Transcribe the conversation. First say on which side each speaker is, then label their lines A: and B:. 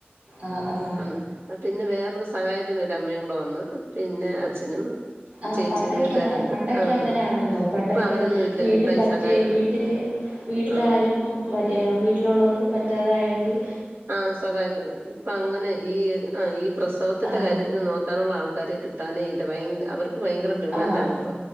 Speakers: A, on the right; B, on the right.
A: ആഹ് ആഹ്
B: അന്ന് പിന്നെ വേറൊരു സഹായത്തിന് ഒരു അമ്മയും കൂടെ വന്ന് പിന്നെ അച്ഛനും
A: ആ
B: ചേച്ചിയും
A: പണ്ടൊക്കെ
B: വീട്ടുകാരെല്ലാം
A: അങ്ങ പണ്ടൊക്കെ
B: ആ
A: അങ്ങനെയാണല്ലോ പണ്ടൊക്കെ
B: ഇപ്പൊ അവരൊന്നും ഇല്ലല്ലോ
A: വീട്ടി
B: ഇപ്പൊ
A: പറ്റി
B: ഈ സഹായികള്
A: വീ വീട്ടില് വീട്ടിലാരക്കും
B: ആ
A: വീട്ടിലൊള്ളോർക്ക് പറ്റാതായെങ്കി
B: ആഹ് സഹായത്തിന് ഇപ്പൊ അങ്ങനെ ഈ, ഈ പ്രസവത്തിന്റെ
A: ആഹ്
B: കാര്യത്തിന് നോക്കാനുള്ള ആൾക്കാരെ കിട്ടാനേ ഇല്ല ഭയ അവർക്ക് ഇപ്പ ഭയങ്കര ഡിമാൻഡ്
A: ആഹ്
B: ആണിപ്പോ